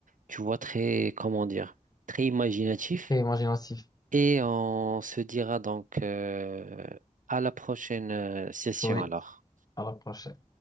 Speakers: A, on the right; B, on the left.
A: tu vois, très, comment dire, très imaginatif.
B: C'est imaginatif.
A: Et on se dira donc euh, à la prochaine euh, session
B: Oui,
A: alors.
B: à la prochaine.